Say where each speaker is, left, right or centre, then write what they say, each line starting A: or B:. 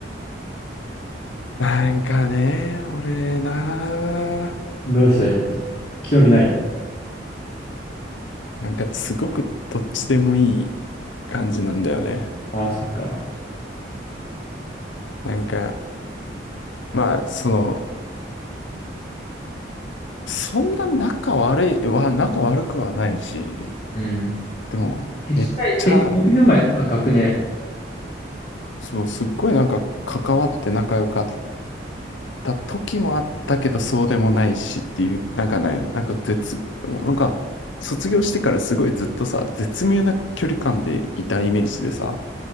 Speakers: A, on the left; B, on the left.
A: なんかね、俺な、
B: どうして興味ない。
A: なんかすごくどっちでもいい感じなんだよね。
B: ああ、そっか。
A: なんか、まあ、その、そんな仲悪いは、仲悪くはないし、
B: うん。
A: でも、
B: 敵対、
A: めっちゃ、
B: 敵、学年前、あ、学年。
A: そう、すっごいなんか関わって仲良かった時もあったけど、そうでもないしっていう、なんかね、なんか絶、なんか、卒業してからすごいずっとさ、絶妙な距離感でいたイメージでさ、